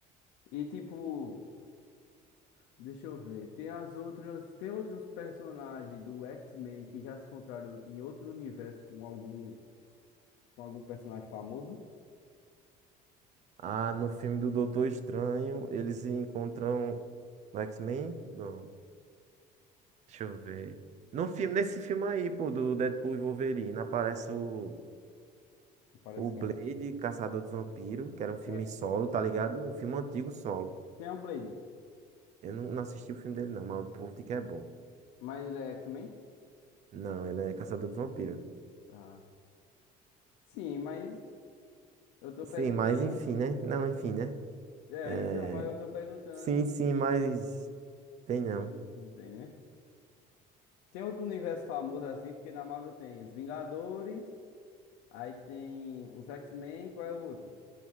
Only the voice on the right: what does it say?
Ah, no filme do Doutor Estranho, eles encontram no X-Men? Não, deixa eu ver. No filme, nesse filme aí, pô, do Deadpool e Wolverine, aparece o,
o Blade,
Caçador dos Vampiros, que era um filme
solo, tá ligado? Um filme antigo solo.
Eu não, não assisti o filme dele, não, mas o povo diz que é bom.
Não, ele é Caçador dos Vampiros.
Sim,
mas enfim, né? Não, enfim, né?
É...
Sim, sim, mas. Tem não.